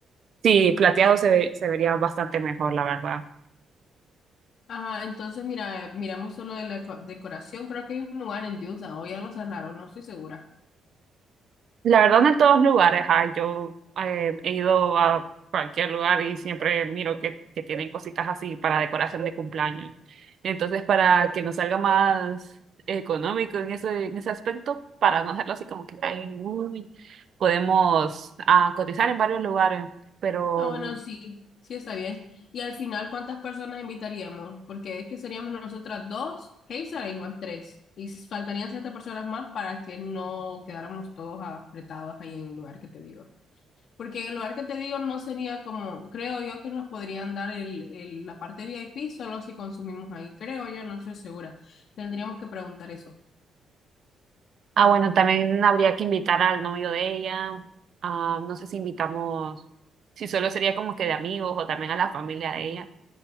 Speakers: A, on the right; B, on the left.
A: Sí, plateado se ve- se vería bastante mejor, la verdad.
B: Ajá, entonces mira, eh, miramos solo de la co- decoración. Creo que hay un lugar en Utah, o ya lo cerraron, no estoy segura.
A: La verdad, no en todos lugares, ah, yo eh, he ido a cualquier lugar y siempre miro que, que tienen cositas así para decoración de cumpleaños. Entonces, para que nos salga más económico en ese, en ese aspecto, para no hacerlo así como que, ay, uy, podemos ah, cotizar en varios lugares, pero,
B: Ah, bueno, sí, sí está bien. Y al final, ¿cuántas personas invitaríamos? Porque es que seríamos nosotras dos, Hazel y Iván tres. Y s- faltarían siete personas más para que no quedáramos todos apretados ahí en el lugar que te digo. Porque en el lugar que te digo no sería como, creo yo que nos podrían dar el, el- la parte VIP solo si consumimos ahí. Creo yo, no estoy segura. Tendríamos que preguntar eso.
A: ah, bueno, también habría que invitar al novio de ella, ah, no sé si invitamos, si solo sería como que de amigos o también a la familia de ella.